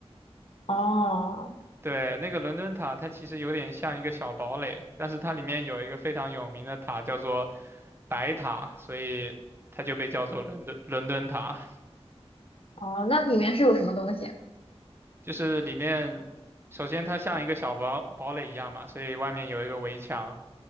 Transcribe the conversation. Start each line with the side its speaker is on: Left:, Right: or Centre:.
Left: 哦
Right: 对，那个伦敦塔，它其实有点像一个小堡垒，但是它里面有一个非常有名的塔叫做白塔，所以它就被叫做伦敦伦敦塔。
Left: 哦，那里面是有什么东西？
Right: 就是里面，首先它像一个小堡堡垒一样嘛，所以外面有一个围墙，